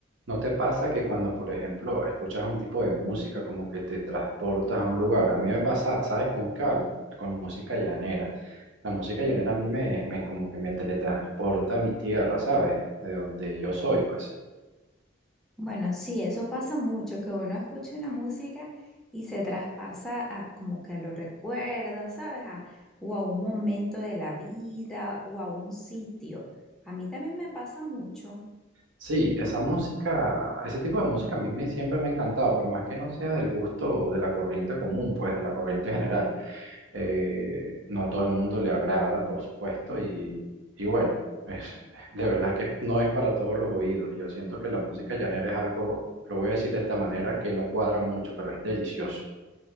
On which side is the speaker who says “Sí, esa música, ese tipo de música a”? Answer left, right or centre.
Right